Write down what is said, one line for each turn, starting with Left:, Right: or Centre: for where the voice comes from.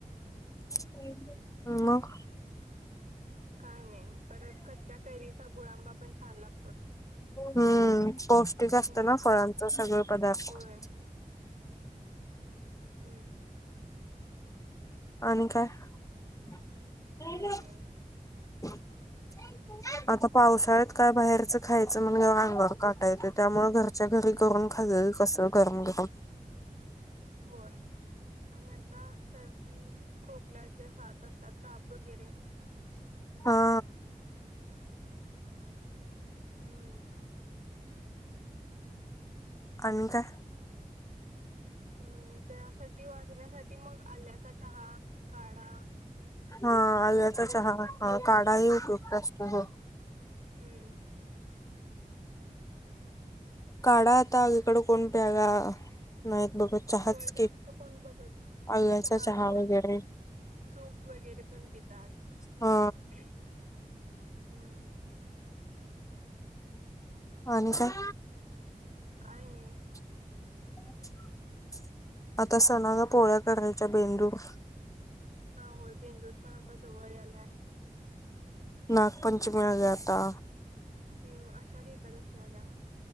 Left: हम्म मग
Right: काय नाही, परत कच्च्या कैरीचा गुळांबा पण छान लाग
Left: हम्म पौष्टिक असतं
Right: हम्म
Left: ना फळांच सगळ पदार्थ
Right: होय हम्म
Left: आणि काय? <unintelligible>
Right: काय नाही
Left: आता पावसाळ्यात काय बाहेरचं खायचं म्हणजे अंगावर काटा येतोय त्यामुळे घर च्या घरी करून खाल्लेल कस गरम- गरम
Right: होय आणि आता सर्दी, खोकल्याचे साथ असतात ताप वगैरे
Left: हा
Right: हम्म
Left: आणि काय?
Right: हम्म त्यासाठी वाचण्यासाठी मग आल्याचा चहा काढा
Left: हा आल्याचा चहा हा काढा ही उपयुक्त असतो हो
Right: हम्म
Left: काढा आता अलिकड कोण प्यायला नाहीत बघत. चहाच
Right: होय जास्त
Left: की
Right: कोण बघत नाही
Left: आल्याचा
Right: चहा किंवा
Left: वगैरे
Right: सूप वगैरे पण पितात
Left: हा
Right: हम्म
Left: आणि काय?
Right: काही नाही
Left: <inaudible> आता सणाला पोळ्या करायच्या बेंदूर
Right: हा होय बेंदूर पण आता जवळ यालाय
Left: नागपंचमीला आली आता
Right: हम आषाढी एकादशी आल्या